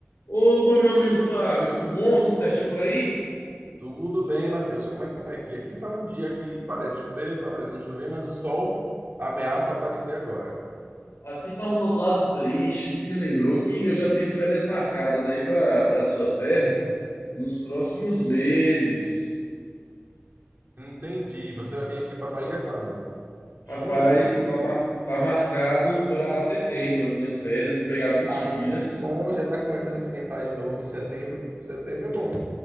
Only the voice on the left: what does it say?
Opa, meu amigo Fábio, tudo bom? Tudo certinho por aí?
Aqui tá um nublado triste, o que me lembrou que eu já tenho férias marcadas aí para para sua terra nos próximos meses.
Rapaz,
tá, mar- tá marcado para setembro as minhas férias, vou pegar vinte
dias